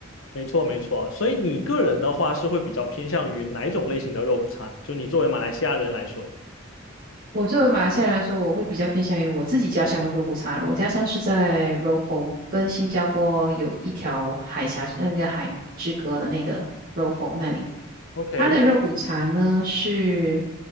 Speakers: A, on the left; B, on the right.
A: 没错，没错。所以你个人的话是会比较偏向于哪一种类型的肉骨茶呢？就你作为马来西亚人来说
B: 我作为马来西亚人来说，我会比较偏向于我自己家乡的肉骨茶。我家乡是在柔佛，跟新加坡有一条海峡那个海之隔的那个柔佛那里。
A: ，OK。
B: 它的肉骨茶呢是